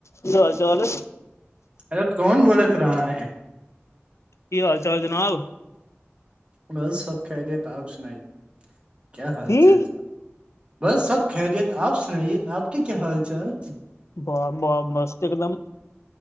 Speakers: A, on the left; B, on the right.
A: ਕੀ ਹਾਲ -ਚਾਲ ਏ?
B: <unintelligible> ਕੌਣ ਬੋਲਤ ਰਾਹ ਹੈ।
A: ਕੀ ਹਾਲ -ਚਾਲ ਜਨਾਬ?
B: ਬਸ ਸਭ ਖੈਰਿਅਤ। ਆਪ ਸੁਣਾਏ ਕਿਆ ਹਾਲ-
A: ਕੀ
B: ਚਾਲ। ਬਸ ਸਭ ਖੈਰੀਅਤ। ਆਪ ਸੁਣਾਈਏ ਆਪ ਕੀ ਕਿਆ ਹਾਲ- ਚਾਲ?
A: <unintelligible> ਮਸਤ ਇੱਕਦਮ।